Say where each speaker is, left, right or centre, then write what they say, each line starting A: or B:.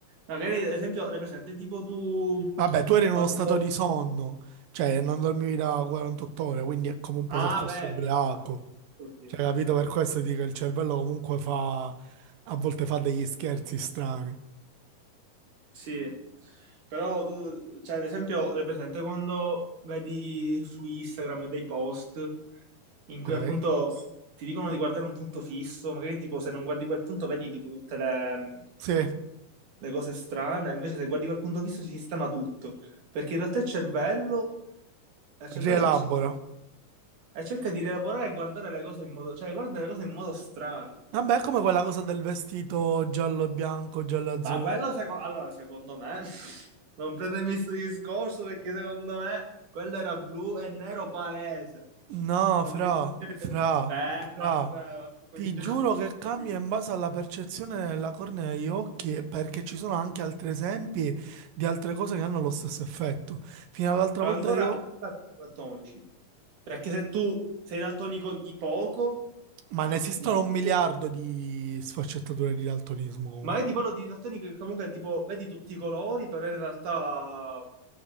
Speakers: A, on the right; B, on the right.
A: Magari, ad esempio, le presente, tipo tu,
B: Vabbè, tu eri in
A: quando...
B: uno stato di sonno, cioè non dormivi da 48 ore, quindi è come un po'
A: Ah,
B: se fossi
A: vero,
B: ubriaco.
A: eh, sì, vabbè, così
B: Cioè,
A: effettivamente.
B: capito? Per questo dico che il cervello comunque fa... a volte fa degli scherzi strani,
A: Sì, però tu, cioè, ad esempio, le presente quando vedi su Instagram dei post in
B: ok?
A: cui appunto ti dicono di guardare un punto fisso, magari tipo se non guardi quel punto vedi tipo tutte le, mm,
B: Sì,
A: le cose strane, invece se guardi quel punto fisso si sistema tutto, perché in realtà il cervello al cervello
B: rielabora.
A: piace tipo, e cerca di rielaborare e guardare le cose in modo, cioè guarda le cose in modo strano.
B: Vabbè, è come quella cosa del vestito giallo e bianco, giallo e azzurro.
A: Ma quello, seco- allora, secondo me, <laughs> non prendermi questo discorso perché secondo me quello era blu e nero palese.
B: No,
A: Non
B: fra,
A: mi puoi dire,
B: fra, fra.
A: vabbè, cominciamo-
B: Ti giuro che cambia
A: cominciamo.
B: in base alla percezione della cornea degli occhi, perché ci sono anche altri esempi di altre cose che hanno lo stesso effetto. Fino all'altra
A: allora,
B: volta io...
A: allora siamo daltonici. Perché se tu sei daltonico di poco,
B: Ma ne esistono
A: di poco,
B: un miliardo di sfaccettature di daltonismo comunque.
A: Ma io ti parlo di didattonica che comunque tipo vedi tutti i colori, però in realtà